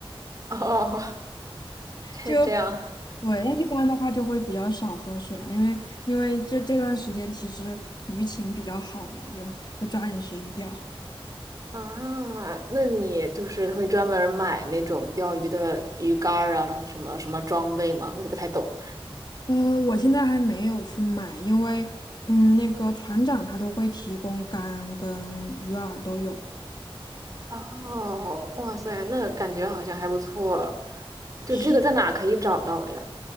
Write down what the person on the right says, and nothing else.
<laughs> 哦。<laughs> 嘿，
这样，
啊，那你就是会专门儿买那种钓鱼的鱼竿儿啊，然后什么什么装备吗？我也不太懂。
哦，哇塞，那感觉好像还不错。就这个在哪可以找到呀？